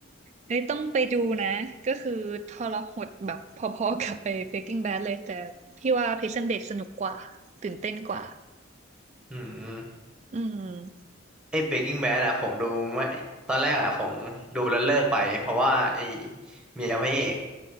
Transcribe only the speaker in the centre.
อืม
ไอ้ Breaking Bad อะผมดูไม่ตอนแรกอะผมดูแล้วเลิกไปเพราะว่าไอ้เมียพระเอก